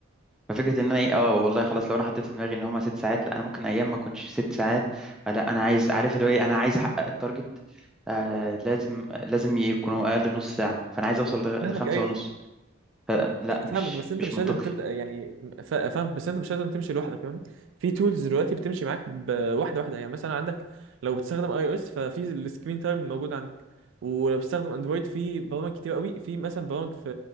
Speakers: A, in the centre; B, on the right (about 85°).
A: ففكره ان انا ايه اه والله خلاص لو انا حطيت في دماغي ان هما ست ساعات لا انا ممكن ايام ما اكونش ست ساعات آه، لا انا عايز عارف اللي هو ايه انا عايز احقق التارجت آه لازم لازم يكونوا اقل نص ساعه فانا عايز اوصل ل-
B: فاهمك
A: لخمسة
B: ايوه
A: ونص لا
B: فاهمك
A: مش
B: بس انت
A: مش
B: مش
A: منطقي
B: لازم تبدا يعني ف- فاهمك بس انت مش لازم تمشي لوحدك فاهمني في تولز دلوقتي بتمشي معاك بواحده واحده يعني مثلا عندك لو بتستخدم اي او اس ففي السكرين تايم الموجود عندك ولو بتستخدم اندرويد في برامج كتير قوي في مثلا برامج في